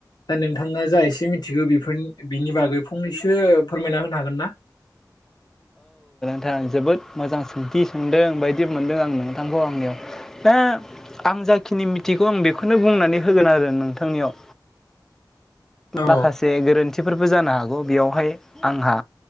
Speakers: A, on the left (about 70°); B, in the centre.
A: दा नोंथाङा जा एसे मिथिगौ बेफोरनि बिनि बागै फंनैसो फोरमायना होनो हागोन ना?
B: ओं जोबोद मोजां सोंथि सोंदों बायदि मोनदों आं नोंथांखौ आंनियाव दा आं जाखिनि मिथिगौ आं बेखौनो बुंनानै होगोन आरो नोंथांनियाव
A: औ
B: माखासे गोरोन्थि थिफोरबो जानो हाग गौ बेयावहाय आंहा